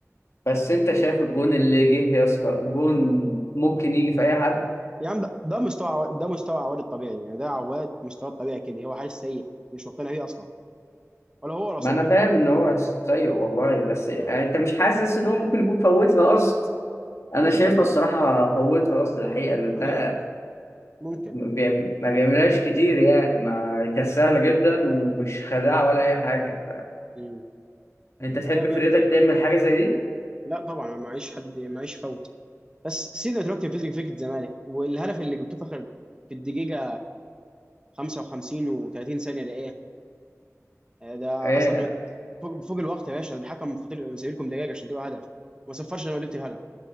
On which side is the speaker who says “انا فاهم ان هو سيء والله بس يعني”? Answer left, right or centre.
Left